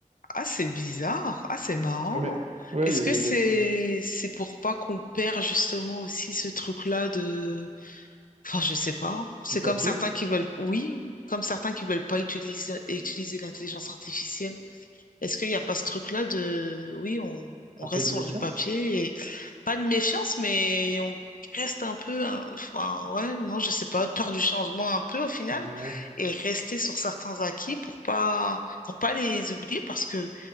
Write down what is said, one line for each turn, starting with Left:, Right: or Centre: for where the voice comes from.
Left: Ah, c'est bizarre. Ah, c'est marrant.
Right: ouais, ouais,
Left: Est-ce
Right: il y
Left: que
Right: a des,
Left: c'est
Right: il y a
Left: c'est pour pas qu'on perd justement aussi ce truc-là de... Enfin, je sais pas. C'est
Right: du papier,
Left: comme certains qui veulent... Oui, comme certains qui veulent pas utiliser, utiliser l'intelligence artificielle. Est-ce qu'il n'y a pas ce truc-là de, oui, on, on
Right: un
Left: reste
Right: peu de
Left: sur
Right: méfiance.
Left: du papier et pas de méfiance, mais on reste un peu, hein, enfin, ouais, non, je sais pas, peur du changement un peu au final
Right: Ouais,
Left: et rester sur certains acquis pour pas, pour pas les oublier parce que,